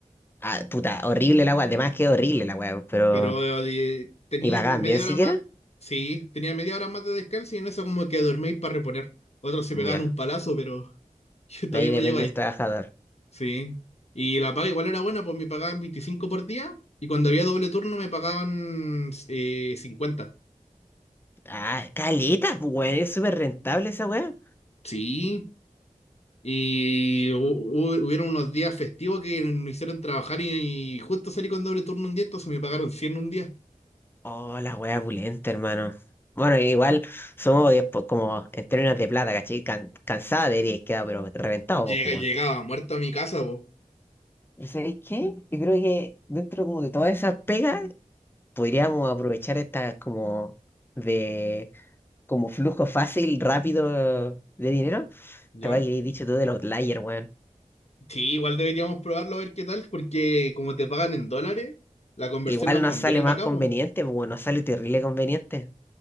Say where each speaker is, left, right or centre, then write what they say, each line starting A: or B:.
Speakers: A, on the left (about 15°); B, on the left (about 50°).
A: Ah, puta, horrible la wea. Además que es horrible la wea, pero.
B: pero eh, tenéis
A: ¿Y pagan
B: media
A: bien siquiera?
B: hora más, sí, tenía media hora más de descanso y en eso como que dorméis para reponer. Otros se
A: Ya,
B: pegaban un palazo, pero <laughs> yo todavía
A: de ahí depende
B: no llego ahí.
A: el trabajador.
B: Sí. Y la paga igual era buena, pues me pagaban 25 por día y cuando había doble turno me pagaban eh, 50.
A: Ah, caleta, pues, weón, es súper rentable esa weá.
B: Sí. Y hu- hu- hubieron unos días festivos que me hicieron trabajar y, y justo salí con doble turno un día, entonces me pagaron 100 un día.
A: Oh, la weá pulenta, hermano. Bueno, igual somos después como en términos de plata, ¿cachai? Can- cansada debería quedar, pero reventado,
B: Llega,
A: pues, pues,
B: llegaba
A: weón.
B: muerto a mi casa, vos.
A: ¿Y sabéis qué? Yo creo que dentro como de todas esas pegas, podríamos aprovechar esta como de como flujo fácil, rápido de dinero.
B: ¿Ya?
A: Te voy a dicho todo del outlier, weón.
B: Sí, igual deberíamos probarlo a ver qué tal, porque como te pagan en dólares, la conversión
A: Igual
B: nos
A: nos
B: conviene
A: sale más
B: para
A: conveniente,
B: acá, pues.
A: pues, bueno, nos sale terrible conveniente.